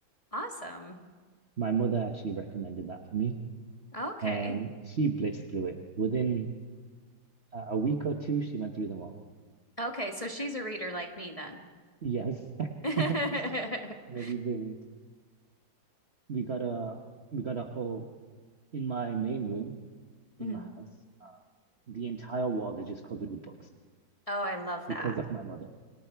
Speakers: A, on the left; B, on the right.
A: Awesome.
B: My mother actually recommended that for me,
A: Okay.
B: and she blitzed through it. Within uh, a week or two, she went through them all.
A: Okay. So she's a reader like me then.
B: Yes, <laughs>
A: <laughs>
B: very vivid. We got a we got a whole in my main room in
A: Mhm.
B: my house. The entire wall is just covered with books
A: Oh, I love
B: because
A: that.
B: of my mother.